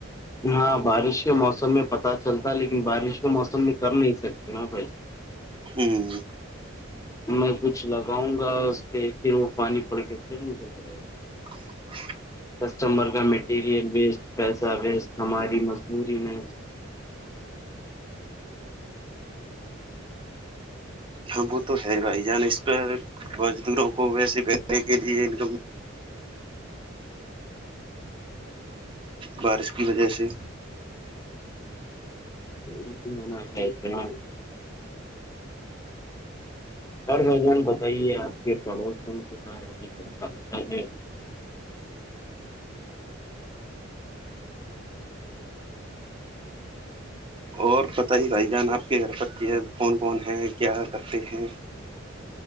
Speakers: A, on the left; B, on the right.
A: ہاں بارش کے موسم میں پتا چلتا لیکن بارش کے موسم میں کر نہیں سکتے نا بھائی جان
B: ہوں
A: میں کچھ لگاؤں گا اس پہ پھر وہ پانی پڑ کے پھر نکر جائے گا
B: <inaudible>
A: کسٹمر کا مٹیریل ویسٹ پیسہ ویسٹ ہماری مزدوری میں
B: ہاں وہ تو ہے بھائی جان اس پہ مزدوروں کو ویسے بیچنے کے لیے انکم بارش کی وجہ سے
A: <unintelligible> اور بھائی جان بتائیے آپ کے پڑوسوں کے بارے میں کیا حال ہے
B: اور بتائیے بھائی جان آپ کے گھر پر کیا کون کون ہیں کیا کرتے ہیں